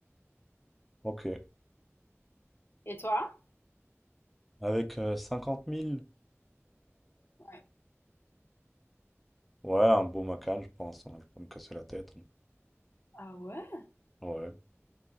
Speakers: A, in the centre; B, on the left (about 50°).
A: Ok.
B: Et toi?
A: Avec euh, 50 000.
B: Ouais.
A: Ouais, un beau Macan, je pense, hein. Je vais pas me casser la tête. hein.
B: Ah ouais?
A: Ouais.